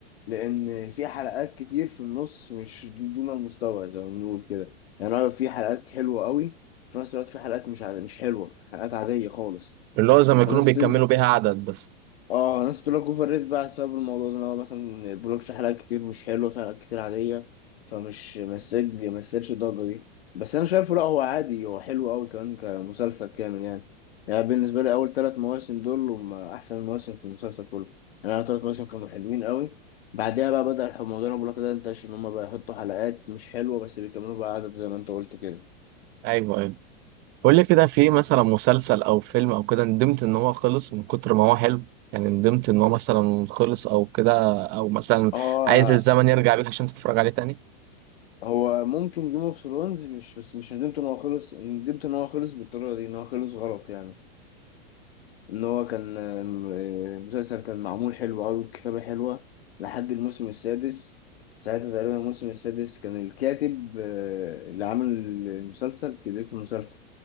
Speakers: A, on the left; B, on the right.
A: لأن في حلقات كتير في النص مش دون المستوى زي ما بنقول كده يعني أنا في حلقات حلوة أوي في نفس الوقت في حلقات مش عاد... مش حلوة حلقات عادية خالص
B: اللي هو زي ما يكونوا
A: فالناس
B: بيكملوا
A: كتير
B: بيها عدد بس
A: اه ناس بتقول لك اوفر ريت بقى بسبب الموضوع ده ان هو مثلا ما بيقولكش حلقات كتير مش حلوه في حلقات كتير عاديه فمش مسج ما يستاهلش الضجه دي بس انا شايفه لا هو عادي هو حلو قوي كمان كمسلسل كامل يعني يعني بالنسبه لي اول ثلاث مواسم دول هم احسن مواسم في المسلسل كله يعني اول ثلاث مواسم كانوا حلوين قوي بعدها بقى بدأ الموضوع اللي أنا بقولك ده انتشر ان هم بقى يحطوا حلقات مش حلوه بس بيكملوا بقى عدد زي ما انت قلت كده
B: ايوه ايوه قول لي كده في مثلا مسلسل او فيلم او كده ندمت ان هو خلص من كتر ما هو حلو يعني ندمت ان هو مثلا خلص او كده او مثلا
A: اه
B: عايز الزمن يرجع بيك عشان تتفرج عليه تاني
A: هو ممكن جيم اوف ثرونز مش بس مش ندمت ان هو خلص ندمت ان هو خلص بالطريقه دي ان هو خلص غلط يعني ان هو كان آم، آه، المسلسل كان معمول حلو قوي والكتابه حلوه لحد الموسم السادس ساعتها تقريبا الموسم السادس كان الكاتب آه، اللي عامل المسلسل كان بيكتب المسلسل